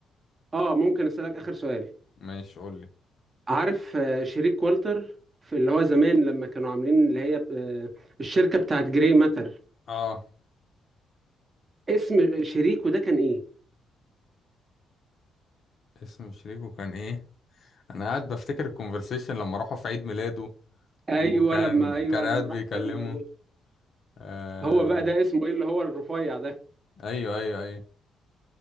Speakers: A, on the right; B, on the left.
A: اه ممكن اسالك اخر سؤال
B: ماشي قول لي
A: عارف آه، شريك والتر في اللي هو زمان لما كانوا عاملين اللي هي آه، الشركه بتاعت جري ماتر
B: اه
A: اسم شريكه ده كان ايه
B: اسم شريكه كان ايه انا قاعد بفتكر الكونفرسيشن لما راحوا في عيد ميلاده
A: <laughs> ايوه
B: وكان
A: لما ايوه
B: كان
A: لما
B: قاعد بيكلمه
A: راحوا في عيد ميلاده
B: آه...
A: هو بقى ده اسمه ايه اللي هو الرفيع ده
B: ايوه ايوه ايوه